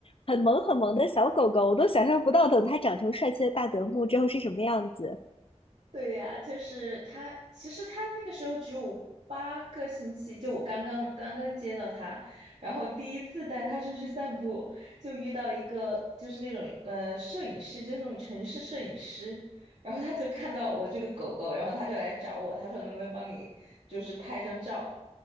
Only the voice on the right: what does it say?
对呀，就是他，其实他那个时候只有八个星期，就我刚刚刚刚接到他，然后第一次带他出去散步，就遇到一个就是那种呃摄影师，就是那种城市摄影师，然后他就看到我这个狗狗，然后他就来找我，他说能不能帮你就是拍张照，